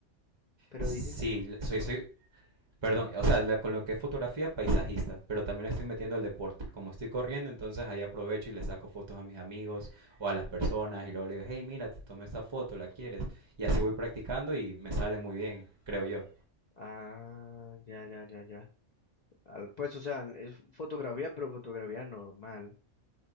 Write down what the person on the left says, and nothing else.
Pero
dice.
Ah, ya, ya, ya, ya. Al- pues, o sea, es fotografía, pero fotografía normal.